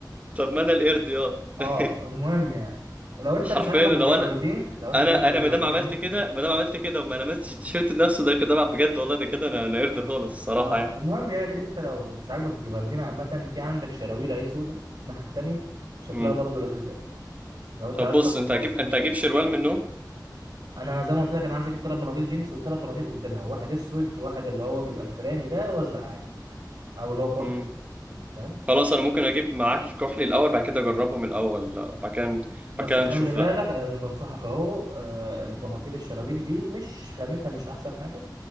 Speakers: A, on the right; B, on the right.
A: طب ما انا القرد يا
B: اه
A: <laughs>
B: المهم يعني لو انت
A: حرفيا
B: مش عاجبك
A: لو
B: الجبردين
A: انا
B: لو انت
A: انا
B: مش عاجبك الجبردين
A: انا ما دام عملت
B: عامة
A: كده ما دام عملت كده وما لمستش التيشيرت نفسه ده كده بقى بجد والله ده كده انا انا قرد خالص الصراحه
B: اه
A: يعني
B: المهم يعني انت لو مش عاجبك الجبردين عامة في عندك شراويل اهي سودة الناحية التانية شكلها
A: امم
B: برضه لذيذ قوي لو انت
A: طب
B: عايز
A: بص
B: تاخد
A: انت
B: بص
A: هجيب انت هجيب شروال من النوم
B: انا زي ما قلت لك انا عايز اجيب تلات بناطيل جينز وتلات بناطيل قدامي اهو واحد اسود وواحد اللي هو بيبقى الفراني ده وازرق عادي او اللي هو كحلي
A: امم
B: يعني فاهم
A: خلاص انا ممكن اجيب معاك الكحلي الاول بعد كده اجربهم الاول بعد كده
B: بس
A: بعد كده
B: خلي
A: نشوف
B: بالك
A: ده
B: آه، انا بنصحك اهو آه، البناطيل الشراويل دي مش خامتها مش احسن حاجه